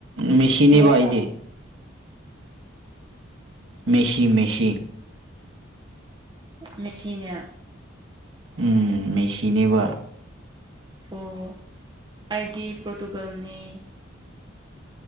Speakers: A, on the right; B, on the right.
A: ꯃꯦꯁꯤꯅꯤꯕ
B: ꯃꯦꯁꯤ ꯍꯥꯏꯔꯣ
A: ꯑꯩꯗꯤ ꯃꯦꯁꯤ ꯃꯦꯁꯤ
B: ꯃꯦꯁꯤꯅꯦ
A: ꯎꯝ ꯃꯦꯁꯤꯅꯦꯕ
B: ꯑꯣ ꯑꯩꯗꯤ ꯄꯣꯔꯇꯨꯒꯜꯅꯤ